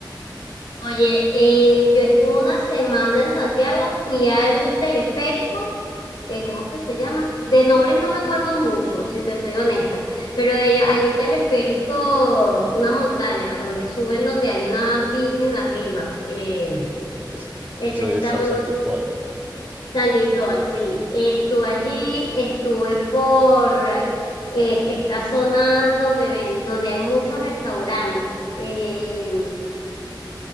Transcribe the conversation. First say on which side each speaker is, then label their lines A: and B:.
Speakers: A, on the left; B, on the right.
A: Oye, eh, yo estuve una semana en Santiago, fui al teleférico, eh, ¿cómo es que se llama? De nombres no me acuerdo mucho, si te soy honesta, pero ellos, hay un teleférico, una montaña donde suben, donde hay una virgen arriba. Eh,
B: Es,
A: Esa
B: eso
A: está
B: es Cerro
A: muy
B: San
A: bonita.
B: Cristóbal,
A: San Cristóbal, sí. Estuve allí, estuve por eh, estas zonas donde ven, donde hay muchos restaurantes. Eh,